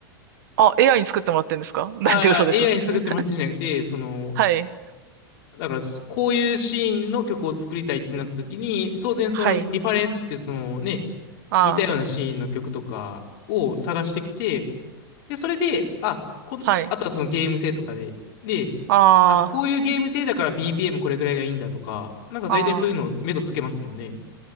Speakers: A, on the right (about 55°); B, on the left (about 45°).
A: あ、AI に作ってもらってんですか <laughs> なんて嘘です、
B: ああ、AI
A: 嘘です。
B: に作ってもらってんじゃなくて、
A: <laughs>
B: その、
A: はい。
B: だからそこういうシーンの曲を作りたいってなった時に、当然そのリファレンスってそのね、
A: はい。ああ。
B: 似たようなシーンの曲とかを探してきて、で、それで、あ、こん、
A: はい。
B: あとはそのゲーム性とかで、で、
A: あ
B: あ、こういうゲーム性だから BPM これぐらいがいいんだとか、なんか大体そういうの目処つけますもんね。
A: あ。ああ。